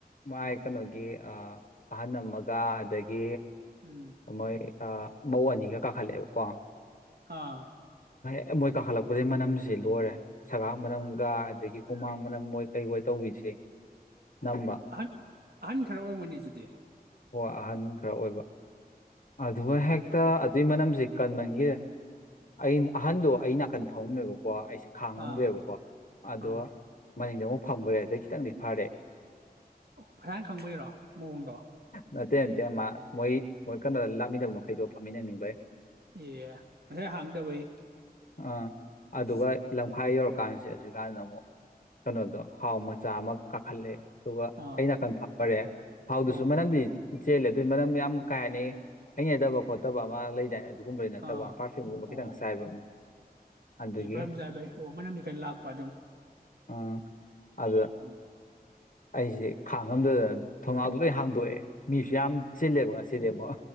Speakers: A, on the left; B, on the right.
A: ꯃꯥꯏ ꯀꯩꯅꯣꯒꯤ ꯑꯍꯟ ꯑꯃꯒ ꯑꯗꯒꯤ
B: ꯎꯝ
A: ꯃꯣꯏ ꯑ ꯃꯧ ꯑꯅꯤꯒ ꯀꯥꯈꯠꯂꯛꯑꯦꯕꯀꯣ
B: ꯑꯥ
A: ꯑꯦ ꯃꯣꯏ ꯀꯥꯈꯠꯂꯛꯄꯗꯒꯤ ꯃꯅꯝꯁꯤ ꯂꯣꯏꯔꯦ ꯁꯦꯒꯥꯛ ꯃꯅꯝ ꯒꯥ ꯑꯗꯒꯤ ꯍꯨꯃꯥꯡ ꯃꯅꯝ ꯑꯣꯏ ꯀꯩ ꯍꯣꯏ ꯇꯧꯕꯤꯁꯦ ꯅꯝꯕ
B: ꯑꯍꯟ ꯑꯍꯟ ꯈꯔ ꯑꯣꯏꯔꯝꯒꯅꯦ ꯑꯗꯨꯗꯤ
A: ꯍꯣꯏ ꯑꯍꯟ ꯈꯔ ꯑꯣꯏꯕ <inaudible>
B: ꯍꯣꯏ
A: ꯀꯟꯃꯟꯒꯤꯗꯅ ꯑ ꯑꯍꯟꯗꯣ ꯑꯩ ꯅꯥꯀꯟ ꯐꯝꯃꯦꯕꯀꯣ ꯑꯩꯁꯦ ꯈꯥꯡꯉꯝꯗꯦꯕꯀꯣ
B: ꯑꯥ
A: ꯑꯗꯣ
B: ꯑꯥ
A: ꯃꯅꯤꯡꯗ ꯑꯃꯨꯛ ꯐꯝ ꯃꯨꯔꯦ ꯑꯗꯩ <inaudible>
B: ꯐꯁꯥꯏꯅ ꯈꯪꯕꯩꯔꯣ ꯃꯑꯣꯡꯗꯣ
A: ꯅꯠꯇꯦ ꯅꯠꯇꯦ ꯃꯥ ꯃꯣꯏ ꯃꯣꯏ ꯀꯩꯅꯣꯗ ꯂꯥꯛꯃꯤꯟꯅꯕ ꯃꯈꯩꯗꯣ ꯐꯝꯃꯤꯟꯅꯅꯤꯡꯕꯩ
B: ꯑꯦ ꯉꯁꯥꯏ ꯍꯥꯡꯗꯕꯩ
A: ꯑꯥ ꯑꯗꯨꯒ
B: ꯎꯝ
A: ꯂꯝꯈꯥꯏ ꯌꯧꯔꯛꯄ ꯀꯥꯟꯁꯤ ꯍꯧꯖꯤꯛ ꯀꯥꯟꯗ ꯑꯃꯨꯛ ꯀꯩꯅꯣꯗꯣ ꯍꯥꯎ ꯃꯆꯥ ꯑꯃ ꯀꯥꯈꯠꯂꯦ ꯑꯗꯨꯒ
B: ꯑꯥ
A: ꯑꯩ ꯅꯥꯀꯟ ꯐꯃꯔꯦ ꯍꯥꯎꯗꯨꯁꯨ
B: ꯑꯥ
A: ꯃꯔꯅꯝꯗꯤ ꯆꯦꯜꯂꯦ ꯑꯗꯨꯏ ꯃꯅꯝ ꯌꯥꯝ ꯀꯩꯍꯥꯏꯅꯤ ꯍꯩꯅꯗꯕ ꯈꯣꯠꯇꯕ ꯑꯃ ꯂꯩꯗꯥꯏꯅꯦ ꯑꯗꯨꯒꯨꯝꯕꯩ ꯅꯠꯇꯕ
B: ꯑꯥ
A: ꯄꯔꯐ꯭ꯌꯨꯝꯒꯨꯝꯕ
B: ꯑꯣ
A: ꯈꯤꯇꯪ ꯆꯥꯏꯕ ꯑꯗꯨꯒꯤ
B: ꯑꯦ ꯄꯔꯐ꯭ꯌꯨꯝꯆꯥꯏꯕꯩ ꯑꯣ ꯃꯅꯝꯗꯤ ꯈꯔ ꯂꯥꯛꯄ ꯑꯗꯨꯝ
A: ꯎꯝ <unintelligible>
B: ꯎꯝ
A: ꯑꯩꯁꯦ ꯈꯥꯡꯉꯝꯗꯗꯅ ꯊꯣꯡꯅꯥꯎꯗꯣ ꯂꯣꯏ ꯍꯥꯡꯗꯣꯛꯑꯦ ꯃꯤꯁꯨ ꯌꯥꯝ ꯆꯤꯜꯂꯦꯕ ꯉꯁꯤꯗꯤ ꯑꯃꯨꯛ